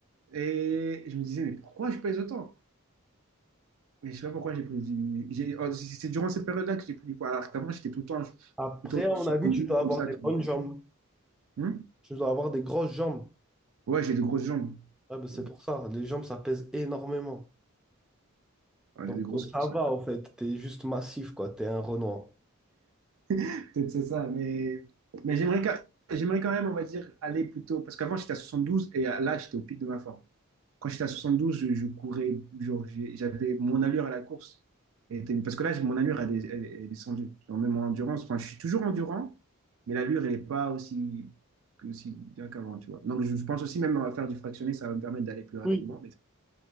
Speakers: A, on the right; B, in the centre.
A: Et je me disais, mais pourquoi je pèse autant? Mais je sais pas pourquoi j'ai pris du. j'ai- oh, C'est c'est durant cette période-là que j'ai pris du poids. Alors qu'avant, j'étais tout le temps je-
B: Après,
A: plutôt
B: à
A: sur
B: mon avis,
A: 72
B: tu dois
A: comme
B: avoir
A: ça.
B: des
A: tu
B: bonnes
A: vois.
B: jambes.
A: Hmm
B: Tu dois avoir des grosses jambes.
A: Ouais, j'ai des grosses jambes.
B: Ouais, ben, c'est
A: Mais bon.
B: pour ça, les jambes, ça pèse énormément.
A: Ouais,
B: Donc,
A: j'ai des grosses
B: euh, ça
A: cuisses.
B: va,
A: ouais.
B: en fait, t'es juste massif, quoi, t'es un Renoir.
A: <laughs> Peut-être c'est ça, mais, mais j'aimerais quand... j'aimerais quand même, on va dire, aller plutôt. Parce qu'avant, j'étais à 72 et là, j'étais au pic de ma forme. Quand j'étais à 72, je, je courais, genre, j'ai- j'avais mon allure à la course. était- parce que là, j'ai- mon allure, elle, est elle est descendue. Genre, même en endurance, enfin, je suis toujours endurant, mais l'allure, elle n'est pas aussi, aussi bien qu'avant, tu vois. Donc, je, je pense aussi, même à faire du fractionné, ça va me permettre d'aller plus rapidement.
B: Oui.